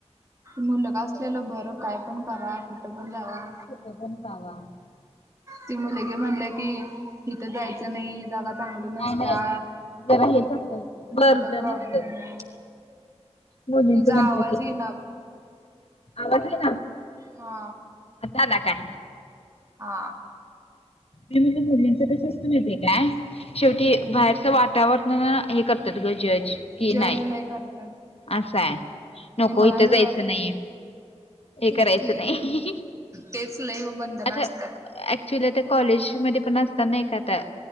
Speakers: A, on the right; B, on the left.
A: मुलगा असलेलं बरं काय पण करा कुठं पण जावा
B: कुठपण जावा.
A: ती मुलगी म्हणल की इथं जायचं नाही ही जागा चांगल्या
B: नाही
A: नसत्या
B: नाही जरा हेच असतं बर्दन
A: इथ प्रॉब्लेम
B: असतं
A: आहे.
B: मुलींच
A: तुझा
B: म्हटलं
A: आवाज
B: की
A: ये ना
B: आवाज येना.
A: हा.
B: आता आला काय.
A: हा.
B: मी म्हणलं मुलींच कस असत येते काय शेवटी
A: हम्म
B: बाहेरचं वातावरण ना हे करतात ग ज कि
A: जज
B: नाही
A: लय करतात.
B: असंय नको
A: आणि मुळात
B: इथं जायचं नाही हे
A: तेच
B: करायचं
A: की
B: नाही
A: तेच लय बंधन
B: आता
A: असतात.
B: ऍक्च्युली आत कॉलेज मध्ये पण असतना का आता